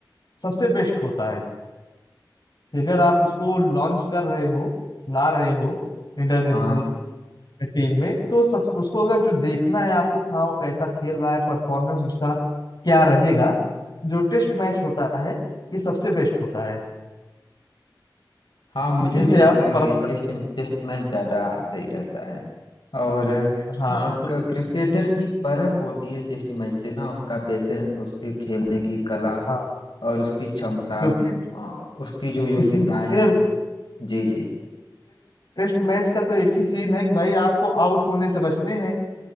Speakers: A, on the left (about 60°); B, on the left (about 80°).
A: सबसे बेस्ट होता है कि अगर आप उसको लॉन्च कर रहे हो ला रहे हो इंटरनेशनल
B: हाँ
A: टीम में तो सब उसको अगर जो देखना है आपको हाँ वो कैसा खेल रहा है परफॉर्मेंस उसका क्या रहेगा जो टेस्ट मैच होता है ये सबसे बेस्ट होता है
B: हाँ मुझे
A: इसी से
B: भी लगता
A: आप
B: है
A: परख
B: कि
A: कर
B: टेस्ट
A: सकते
B: टेस्ट मैच ज्यादा सही रहता है और
A: हैं हाँ
B: आ, क-
A: तो,
B: क्रिकेटर की परख होती है टेस्ट मैच से ना उसका पेशेंस उसके खेलने की कला
A: हाँ
B: और उसकी क्षमता
A: क्योंकि
B: आ, उसकी जो योग्यताएं
A: इसमें टेस्ट
B: हैं जी जी
A: टेस्ट मैच का तो एक ही सीन है कि भाई आपको आउट होने से बचने हैं